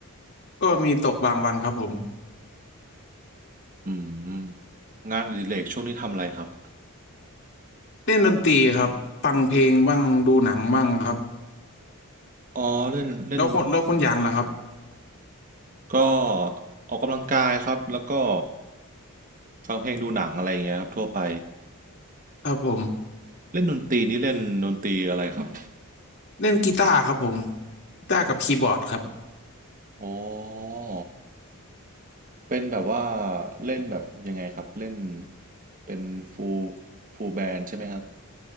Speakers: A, on the left; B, on the right.
A: ก็มีตกบางวันครับผม
B: อืมงานอดิเรกช่วงนี้ทำอะไรครับ
A: เล่นดนตรีครับ ฟังเพลงบ้าง ดูหนังบ้างครับ
B: อ๋อเล่นเล่นดน
A: แล้วคนแล้วคุณหยางล่ะครับ
B: ก็ออกกำลังกายครับแล้วก็ฟังเพลงดูหนังอะไรอย่างเงี้ยครับทั่วไป
A: ครับผม
B: เล่นดนตรีนี่เล่นดนตรีอะไรครับ
A: เล่นกีตาร์ครับผมกีตาร์กับคีย์บอร์ดครับ
B: อ๋อเป็นแบบว่าเล่นแบบยังไงครับเล่นเป็นฟูลฟูลแบนใช่ไหมครับ